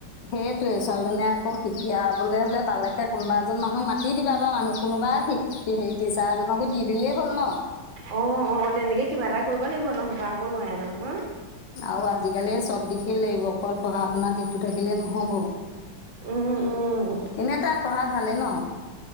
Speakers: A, on the left; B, on the right.
A: সেইটোয়ে ছোৱালীজনীয়ে আকৌ শিকি বলে হলে তালৈকে কোনোবা এজন মানুহক মাতি দিবা বা মানুহ কোনোবা শ টিচাৰ এজনকো দি দিলেই হ'ল ন
B: অ' অ' তেনেকে কিবা এটা কৰিব লাগিব নহ'বা আকৌ নোৱাৰে নহয় অ
A: আৰু আজিকালি চব দিশেই লাগিব অকল পঢ়া শুনাত দিশতটো থাকিলে নহব
B: উম উম
A: এনে এটা পঢ়াত ভালে ন।